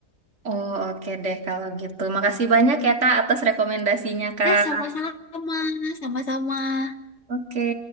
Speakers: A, on the right; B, on the left.
A: Oh, oke deh kalau gitu. Makasih banyak ya, Kak, atas rekomendasinya, Kak.
B: Eh, sama-sama, sama-sama.
A: Oke.